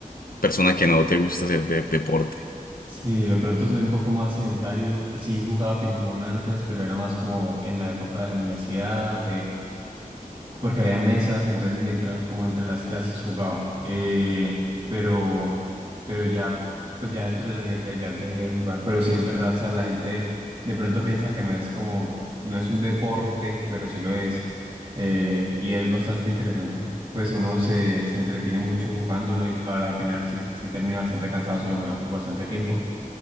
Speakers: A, on the left; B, on the right.
A: persona que no te gusta hacer de- deporte.
B: Sí, de pronto soy un poco más sedentario. Sí, jugaba ping pong antes, pero era más como en la época de la universidad, porque había mesas, entonces mientras como entre las clases jugaba. Eh, pero, pero ya, pues ya después de la universidad ya dejé de jugar. Pero sí es verdad, o sea, la gente de pronto piensa que no es como, no es un deporte, pero sí lo es. Eh, y es bastante interesante. Pues uno se, se entretiene mucho jugándolo y la verdad, al final sí, sí termina bastante cansado si lo juega por bastante tiempo.